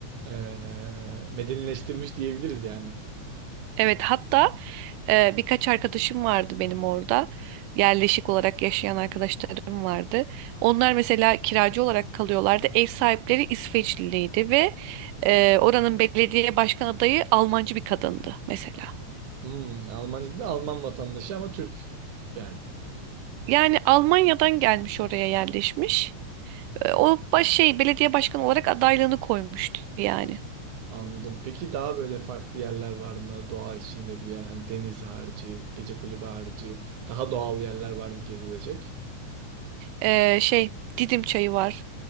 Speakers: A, on the right; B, on the right.
A: eee medenileştirmiş diyebiliriz yani.
B: Evet hatta e, birkaç arkadaşım vardı benim orada. Yerleşik olarak yaşayan arkadaşlarım vardı. Onlar mesela kiracı olarak kalıyorlardı. Ev sahipleri İsveçliydi ve e, oranın belediye başkan adayı Almancı bir kadındı mesela.
A: Hmm, Almancı da Alman vatandaşı ama Türk yani.
B: Yani Almanya'dan gelmiş oraya yerleşmiş. E, o baş şey belediye başkanı olarak adaylığını koymuştu yani.
A: Anladım. Peki daha böyle farklı yerler var mı? Doğa içinde bir yer, hani deniz harici, gece kulübü harici, daha doğal yerler var mı gezilecek?
B: Ee, şey Didim çayı var.